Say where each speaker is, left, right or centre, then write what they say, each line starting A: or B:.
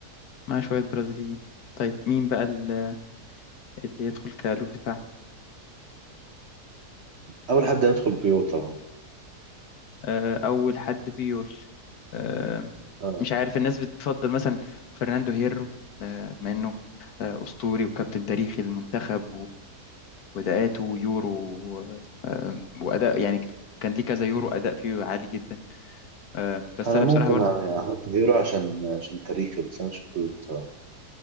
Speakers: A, on the left (about 70°); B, on the right (about 55°).
A: مع شوية برازيليين طيب مين بقى ال- اللي يدخل كقلوب دفاع
B: اول حد هيدخل بيو طبعا
A: آه، أول حد بيقول آه،
B: آه.
A: مش عارف الناس بتفضل مثلا فرناندو هيرو آه، بما إنه آه، أسطوري وكابتن تاريخي للمنتخب واداءاته يورو آه، واداء يعني كان ليه كذا يورو اداء فيه عالي جدا آه، بس
B: انا
A: انا
B: ممكن
A: بصراحه برضه
B: يعني احط هيرو عشان عشان تاريخي بس انا شفتوش بصراحه